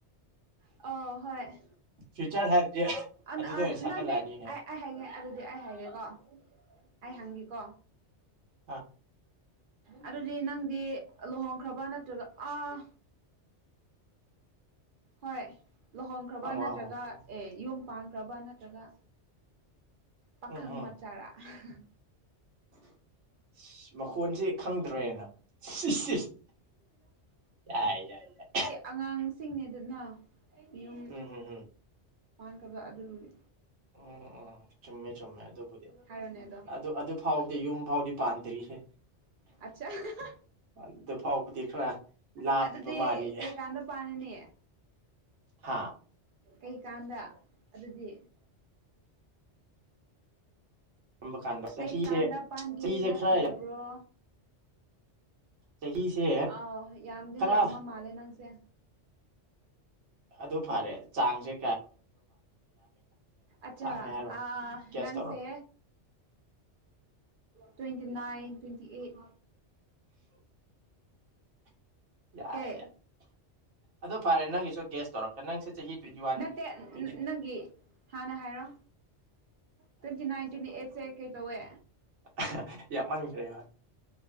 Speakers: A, on the right; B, on the right.
A: ꯑ ꯍꯣꯏ
B: ꯐ꯭ꯌꯨꯆꯥꯔ ꯍꯥꯏꯔꯗꯤ
A: ꯑꯟ
B: ꯑꯗꯨꯗ
A: ꯑꯟ
B: ꯑꯣꯏꯅ ꯁꯥꯒꯠꯂꯛꯑꯅꯤꯅꯦ
A: ꯅꯪꯗꯤ ꯑꯥꯢ ꯑꯩ ꯍꯥꯏꯒꯦ ꯑꯗꯨꯗꯤ ꯑꯩ ꯍꯥꯏꯒꯦꯀꯣ ꯑꯩ ꯍꯪꯒꯤꯀꯣ
B: ꯑꯥ
A: ꯑꯗꯨꯗꯤ ꯅꯪꯗꯤ ꯑꯂꯣꯍꯪꯈ꯭ꯔꯕ ꯅꯠꯇ꯭ꯔꯒ ꯑꯥ ꯍꯣꯏ ꯂꯣꯍꯪꯈ꯭ꯔꯕ
B: ꯍꯪꯉꯣ
A: ꯅꯠꯇ꯭ꯔꯒ
B: ꯍꯪꯉꯣ
A: ꯑꯦ ꯌꯨꯝ ꯄꯥꯟꯈ꯭ꯔꯕ ꯅꯠꯇ꯭ꯔꯒ ꯄꯥꯈꯪ
B: ꯎꯝ ꯍꯝ
A: ꯃꯆꯥꯔꯥ ꯑꯍꯥ
B: <inaudible> ꯁꯤ ꯃꯈꯣꯟꯖꯦ ꯈꯪꯗ꯭ꯔꯦꯅ ꯁꯤꯁ ꯁꯤꯁ ꯌꯥꯏ ꯌꯥꯏ ꯌꯥꯏ
A: ꯑꯉꯥꯡꯁꯤꯡꯅꯦꯗꯅ ꯌꯨꯝ
B: ꯎꯝ ꯎꯝ
A: ꯀꯕ ꯑꯗꯨꯒꯤ
B: ꯎꯝ ꯎꯝ ꯆꯨꯝꯃꯦ ꯆꯨꯝꯃꯦ ꯑꯗꯨꯕꯨꯗꯤ
A: ꯍꯥꯏꯔꯣꯅꯦ ꯑꯗꯣ
B: ꯑꯗꯨ ꯑꯗ ꯗꯨ ꯐꯥꯎꯗꯤ ꯌꯨꯝ ꯐꯥꯎꯗꯤ ꯄꯥꯟꯗ꯭ꯔꯤꯍꯦ
A: ꯑꯆꯥ ꯑꯍꯥꯍꯥ
B: ꯑꯗꯨ ꯐꯥꯎꯕꯗꯤ ꯈꯔ ꯂꯥꯞꯄꯤꯕ
A: ꯑꯗꯨꯗꯤ
B: ꯃꯥꯜꯂꯤꯌꯦ
A: ꯀꯩꯀꯥꯟꯗ ꯄꯥꯔꯅꯤ
B: ꯍꯥꯥ
A: ꯀꯩꯀꯥꯟꯗ ꯑꯗꯨꯗꯤ
B: ꯀꯔꯝꯕ ꯀꯥꯟꯗ ꯆꯍꯤꯁꯦ
A: ꯀꯩꯀꯥꯟꯗ ꯄꯥꯟꯒꯦꯅ
B: ꯆꯍꯤꯁꯦ ꯈꯔ
A: ꯈꯜꯂꯕ꯭ꯔꯣ
B: ꯌꯥꯝ ꯆꯍꯤꯁꯦ
A: ꯑꯥꯎ ꯌꯥꯝꯗꯤ
B: ꯈꯔ
A: ꯌꯥꯝꯃ ꯃꯥꯜꯂꯦ ꯅꯪꯁꯦ
B: ꯑꯗꯨ ꯐꯔꯦ ꯆꯥꯡꯖꯦ
A: ꯑꯆꯥ
B: ꯆꯥꯡꯅꯦ ꯍꯥꯏꯔꯣ
A: ꯑꯥ
B: ꯒ꯭ꯌꯥꯁ
A: ꯅꯪꯁꯦ
B: ꯇꯧꯔꯣ
A: ꯇ꯭ꯋꯦꯟꯇꯤ ꯅꯥꯏꯟ ꯇ꯭ꯋꯦꯟꯇꯤ ꯑꯦꯠ
B: ꯌꯥꯏ
A: ꯀꯦ
B: ꯌꯥꯏ ꯑꯗꯨ ꯐꯔꯦ ꯅꯪꯒꯤꯁꯨ ꯒꯦꯁ ꯇꯧꯔꯛꯀꯦ ꯅꯪꯁꯤꯠ ꯆꯍꯤ ꯇꯨꯋꯦꯟꯇꯤ ꯋꯥꯟ
A: ꯅꯠꯇꯦ ꯅꯅꯪꯒꯤ
B: ꯇ꯭ꯋꯦꯟꯇꯤ
A: ꯍꯥꯟꯅ ꯍꯥꯏꯔꯣ ꯇꯨꯋꯦꯟꯇꯤ ꯅꯥꯏꯟ ꯇꯨꯋꯦꯟꯇꯤ ꯑꯦꯠꯁꯦ ꯀꯩ ꯇꯧꯋꯦ
B: ꯑꯍꯥ ꯌꯥꯃꯟꯈ꯭ꯔꯦ ꯍꯣꯢ